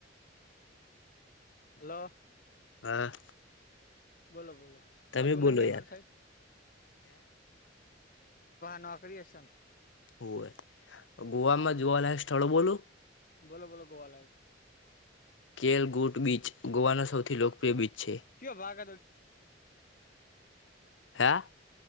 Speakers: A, on the left; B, on the left.
A: હલો.
B: હ.
A: બોલો, બોલો.
B: તમે
A: આબુ
B: બોલો
A: નહી અમારી
B: યાર.
A: સાઈડ નોકરી હશે ને.
B: હોય, ગોવા માં જોવાલાયક સ્થળો બોલું?
A: બોલો, બોલો, ગોવા લાયક
B: કેલ ગૂટ બીચ ગોવાનો સૌથી લોકપ્રિય બીચ છે.
A: કયો ભાગ?
B: હે?